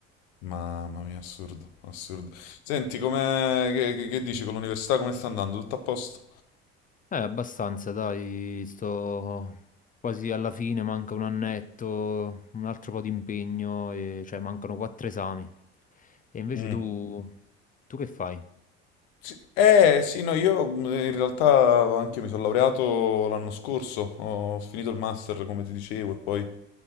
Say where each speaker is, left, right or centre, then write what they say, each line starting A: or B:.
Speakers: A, on the left; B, on the left.
A: mamma mia, assurdo, assurdo. Senti, come, che, che- che dici con l'università, come sta andando? Tutto a posto?
B: Eh, abbastanza, dai, sto quasi alla fine, manca un annetto, un altro po' di impegno, e... cioè mancano quattro esami. E invece
A: Mm.
B: tu, tu che fai?
A: Sì, Eh sì, no, io mh, in realtà anche io mi sono laureato l'anno scorso, ho finito il master come ti dicevo e poi